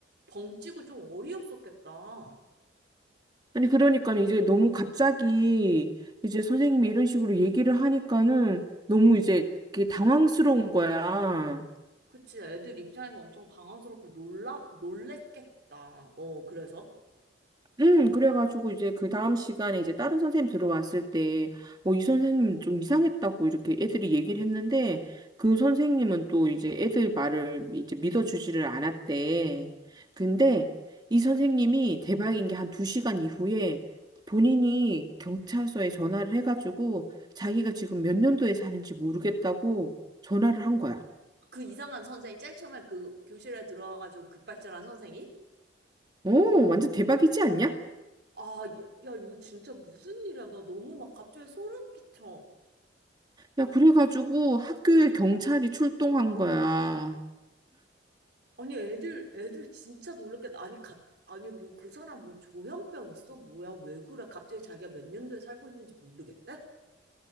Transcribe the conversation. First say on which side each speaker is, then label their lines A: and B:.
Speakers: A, on the right; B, on the right.
A: 벙찌고 좀 어이없었겠다. 어.
B: 아니 그러니까 는 이제 너무 갑자기 이제 선생님이 이런 식으로 얘기를 하니까는 너무 이제 그게 당황스러운 거야.
A: 그치, 애들 입장에서 엄청 당황스럽고 놀라, 놀랬겠다. 어, 그래서?
B: 음, 그래가지고 이제 그 다음 시간에 이제 다른 선생님 들어왔을 때, 어, 이 선생님 좀 이상했다고 이렇게 애들이 얘기를 했는데, 그 선생님은 또 이제 애들 말을 이제 믿어주지를 않았대. 근데 이 선생님이 대박인 게 한 두 시간 이후에 본인이 경찰서에 전화를 해가지고 자기가 지금 몇 년도에 사는지 모르겠다고 전화를 한 거야.
A: 그 이상한 선생이 제일 처음에 그 교실에 들어와가지고 급발진한 선생이
B: 오, 완전 대박이지 않냐?
A: 아, 야, 야, 이거 진짜 무슨 일이야. 나 너무 막 갑자기 소름 끼쳐.
B: 야, 그래가지고 학교에 경찰이 출동한 거야.
A: 아니, 애들, 애들 진짜 놀랬겠다. 아니, 갑, 아니, 뭐, 그 사람 뭐 조현병 있어? 뭐야, 왜 그래? 갑자기 자기가 몇 년도에 살고 있는지 모르겠대?